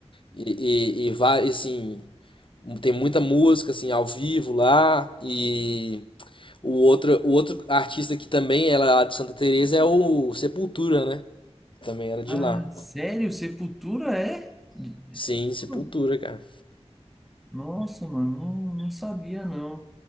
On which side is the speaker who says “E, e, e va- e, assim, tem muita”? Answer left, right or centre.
Left